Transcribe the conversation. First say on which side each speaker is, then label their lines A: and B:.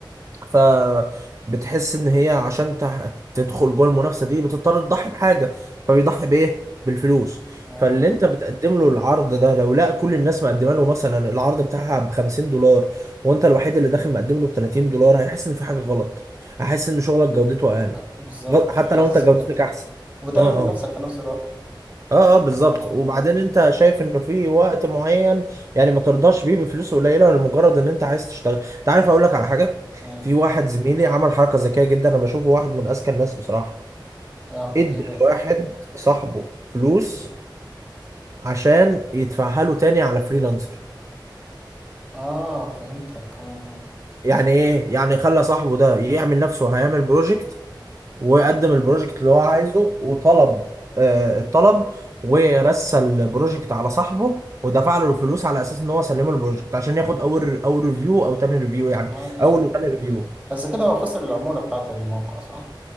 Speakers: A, on the right; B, on the right.
A: فبتحس ان هي عشان تح- تدخل جوه المنافسة دي بتضطر تضحي بحاجة فبيضحي بايه بالفلوس
B: اه
A: فاللي انت بتقدم له العرض ده لو لقى كل الناس مقدمه له مثلا العرض بتاعها ب 50 دولار وانت الوحيد اللي داخل مقدم له ب 30 دولار هيحس ان في حاجة غلط هيحس ان شغلك جودته اقل
B: آه، بالظبط
A: حتى
B: حاسس
A: لو انت جودتك
B: بكده
A: احسن
B: وبتقلل
A: اه
B: من
A: آه.
B: نفسك في نفس الوقت
A: اه اه بالظبط
B: يعني
A: وبعدين انت شايف انه في وقت معين يعني ما ترضاش بيه بفلوس قليله لمجرد ان انت عايز تشتغل انت عارف اقول لك على حاجه
B: اه, آه.
A: في واحد زميلي عمل حركه ذكيه جدا انا بشوفه واحد من اذكى الناس بصراحه
B: آه،
A: ادى
B: ايه بقى
A: لواحد صاحبه فلوس عشان يدفعها له تاني على فريلانسر
B: اه فهمتك اه
A: يعني ايه يعني خلى صاحبه ده يعمل نفسه هيعمل بروجكت وقدم البروجكت اللي هو عايزه وطلب آه، الطلب ورسى البروجكت على صاحبه ودفع له الفلوس على اساس ان هو سلمه البروجكت عشان ياخد اول اول ريفيو او تاني ريفيو يعني
B: اه, آه. إيه.
A: اول وتاني ريفيو
B: بس كده هو خسر العمولة بتاعت الموقع صح